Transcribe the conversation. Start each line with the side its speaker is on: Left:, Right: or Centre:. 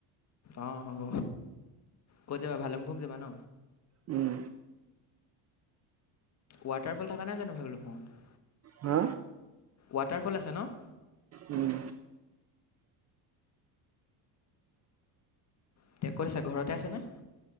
Left: অ, হ'ব। ক'ত যাবা ভালুকপুং যাবা ন?
Right: উম।
Left: ৱাটাৰফল থকা নাই জানো ভালুকপুঙত?
Right: হা?
Left: ৱাটাৰফল আছে ন?
Right: উম।
Left: এতিয়া ক'ত আছা ঘৰতে আছানে?